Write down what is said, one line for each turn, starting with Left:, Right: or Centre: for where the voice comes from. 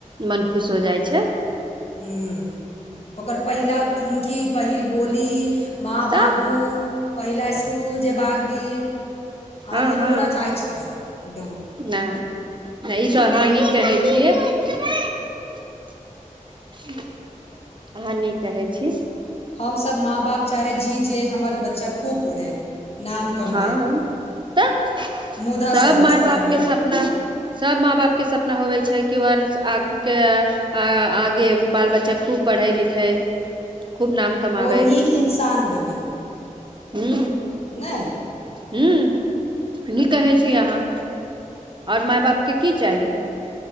Right: मन खुश हो जाइ छैइ
Left: हूंअ् ओकर पहिला ठुमकी पहिल बोली माँ
Right: तऽ
Left: बाबू पहिला इसकुल जयबाक दिन
Right: हँ
Left: आखिन
Right: हँ
Left: नोरा जाइ छैइ एकदम
Right: ना ई तऽ अहाँ नीक कहैइ छियैइ अहाँ नीक कहैइ छी
Left: हमसब माँ बाप चाहैय छी जे हमर बच्चा खूब पढ़य नाम कमाय
Right: हँ तऽ
Left: मुदा
Right: सब
Left: सभसँ
Right: माय
Left: पहिने
Right: बाप के सपना सब माँ बाप के सपना होवै छैइ कि ओर आँखू के आ आगे बाल बच्चा खूब पढ़ै लिखै खूब नाम कमावैइ
Left: ओ नीक इन्सान बनय
Right: हूं
Left: नहि
Right: हूंअ् नीक कहैए छी अहाँ और माय बाप के की चाही